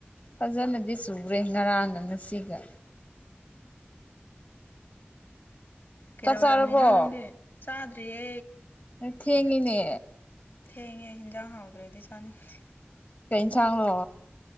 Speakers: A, on the left (about 45°); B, on the left (about 60°).
A: ꯐꯖꯅꯗꯤ ꯆꯨꯔꯦ ꯉꯔꯥꯡꯒ ꯉꯁꯤꯒ
B: ꯀꯩꯗꯧꯔꯝꯃꯤꯅꯣ
A: ꯆꯥꯛ ꯆꯥꯔꯕꯣ
B: ꯅꯪꯗꯤ ꯆꯥꯗ꯭ꯔꯤꯌꯦ
A: ꯊꯦꯡꯉꯤꯅꯦ
B: ꯊꯦꯡꯉꯦ ꯍꯦꯟꯖꯥꯡ ꯍꯥꯎꯇ꯭ꯔꯗꯤ ꯆꯥꯅꯤꯡꯗꯦ
A: ꯀꯩꯩꯏꯟꯁꯥꯡꯂꯣ